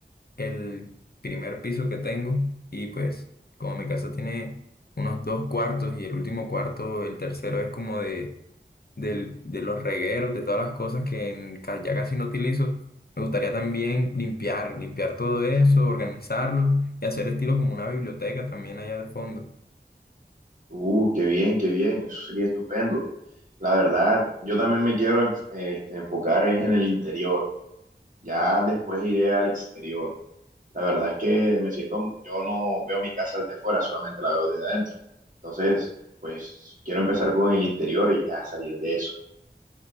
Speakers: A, on the left (about 55°); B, on the right (about 45°).
A: el primer piso que tengo y pues como mi casa tiene unos dos cuartos y el último cuarto, el tercero es como del- de los regueros, de todas las cosas que en ca- ya casi no utilizo. Me gustaría también limpiar, limpiar todo eso, organizarlo y hacer estilo como una biblioteca también allá al fondo.
B: Uh, qué bien, qué bien, eso sería estupendo. La verdad, yo también me quiero enf- eh, este, enfocar es en el interior, ya después iré al exterior. La verdad es que me siento, yo no veo mi casa desde afuera, solamente la veo desde adentro. Entonces, pues quiero empezar con el interior y ya salir de eso.